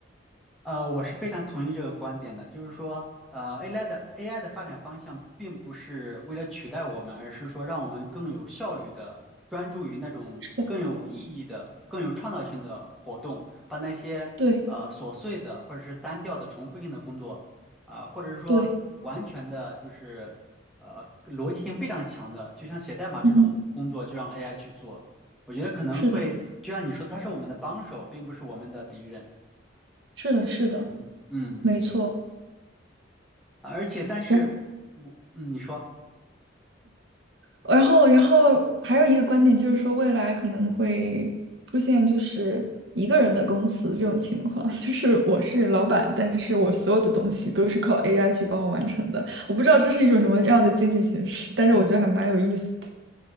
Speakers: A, in the centre; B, on the right.
A: 呃，我是非常同意这个观点的，就是说，呃，AI 的 AI 的发展方向并不是为了取代我们，而是说让我们更有效率的专注于那种更有意义的、
B: 是的，
A: 更有创造性的活动，把那些呃琐碎的或者是单调的重复性的工作，
B: 对
A: 啊、或者是说完全的就是呃逻辑性非常强的，
B: 对，
A: 就像写代码这种工作，
B: 嗯，
A: 就让 AI 去做。我觉得可能会，
B: 是的，
A: 就像你说的，它是我们的帮手，并不是我们的敌人。
B: 是的，是的，
A: 嗯。
B: 没错。
A: 而且，但是我，
B: 然
A: 嗯，你说，
B: 然后然后还有一个观点就是说，未来可能会出现就是一个人的公司这种情况，<laughs> 就是我是老板，但是我所有的东西都是靠 AI 去帮我完成的。我不知道这是一种什么样的经济形式，但是我觉得还蛮有意思的，